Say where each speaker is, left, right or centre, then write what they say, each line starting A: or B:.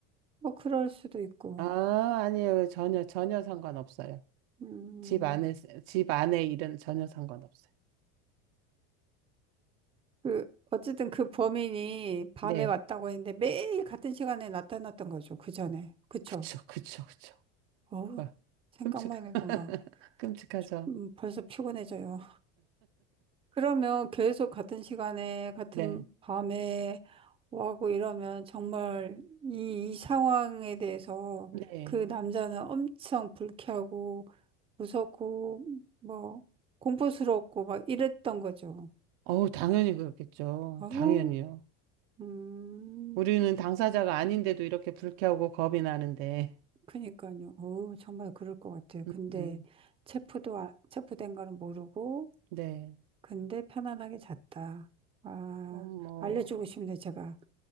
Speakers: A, on the right; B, on the right.
A: 뭐 그럴 수도 있고,
B: 아, 아니에요. 전혀, 전혀 상관없어요.
A: 음,
B: 집 안에, 집 안에 일은 전혀 상관없어요.
A: 그, 어쨌든 그 범인이 밤에
B: 네.
A: 왔다고 했는데 매일 같은 시간에 나타났던 거죠. 그 전에. 그쵸?
B: 그쵸, 그쵸, 그쵸.
A: 어우,
B: 와,
A: 생각만
B: 끔찍,
A: 해도
B: <laughs>
A: 막,
B: 끔찍하죠.
A: 음, 벌써 피곤해져요. 그러면 계속 같은 시간에, 같은
B: 네.
A: 밤에 와고 이러면 정말 이, 이 상황에 대해서
B: 네.
A: 그 남자는 엄청 불쾌하고 무섭고 뭐 공포스럽고 막 이랬던 거죠.
B: 어우, 당연히 그렇겠죠.
A: 어우,
B: 당연히요.
A: 음,
B: 우리는 당사자가 아닌데도 이렇게 불쾌하고 겁이 나는데.
A: 그니까요. 어우, 정말 그럴 것 같아요. 근데
B: 음,
A: 체포도, 아- 체포된 거는 모르고,
B: 네.
A: 근데 편안하게 잤다. 아,
B: 어, 뭐,
A: 알려주고 싶네, 제가.